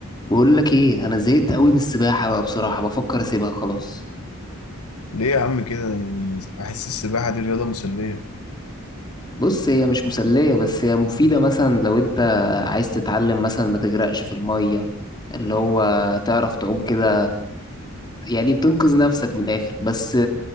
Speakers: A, on the left; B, on the left.
A: بقول لك ايه انا زهقت قوي من السباحه بقى بصراحه بفكر اسيبها خلاص
B: ليه يا عم كده يعني بحس السباحة دي رياضة مسلية
A: بص هي مش مسليه بس هي مفيده مثلا لو انت عايز تتعلم مثلا ما تغرقش في الميه اللي هو تعرف تعوم كده يعني بتنقذ نفسك من الاخر بس